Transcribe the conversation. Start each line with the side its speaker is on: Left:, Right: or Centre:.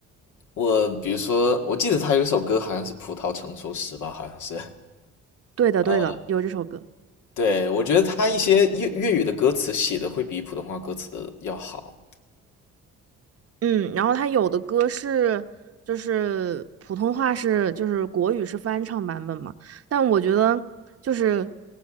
Left: 我比如说，我记得他有一首歌好像是《葡萄成熟时》吧，好像是。
Right: 对的，
Left: 呃，
Right: 对的，有这首歌。
Left: 对，我觉得他一些粤粤语的歌词写的会比普通话歌词的要好。
Right: 嗯，然后他有的歌是就是普通话是就是国语是翻唱版本嘛，但我觉得就是